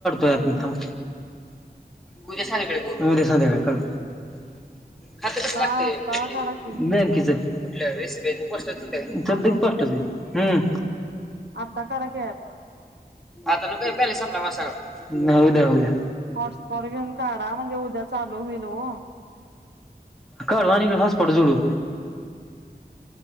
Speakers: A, in the centre; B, on the right.
A: या आपुन थांब, उद्या संध्याकाळी करू, उद्या संध्याकाळी क. खातं कसल
B: का
A: लागतय
B: आता
A: म्हजे
B: काढा की
A: बँकेच कुठल्या एस बी आय पोस्टच ल्या चालतंय
B: हॅलो
A: की पोस्टा च हूं.
B: आता काढा की ॲप
A: आता नको, ब्यालेंस संपला माझा सगळा न्हाय ऊद्या ऊद्या.
B: हॉटस्पॉट घेऊन काढा म्हणजे उद्या चालू होईल हो.
A: कडू आन हिकडं हॉटस्पॉट जोडू.